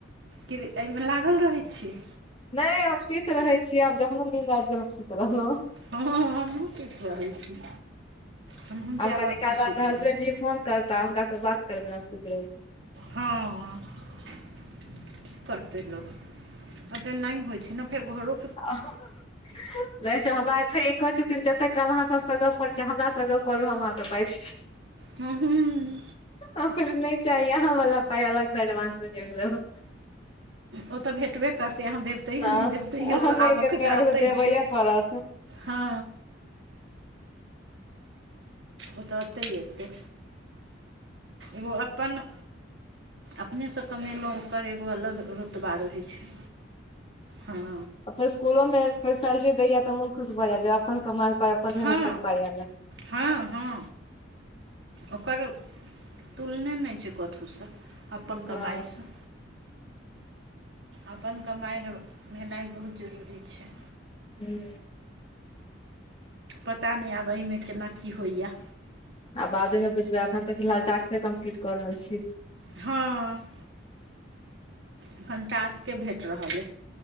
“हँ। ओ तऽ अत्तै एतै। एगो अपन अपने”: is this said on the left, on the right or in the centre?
Right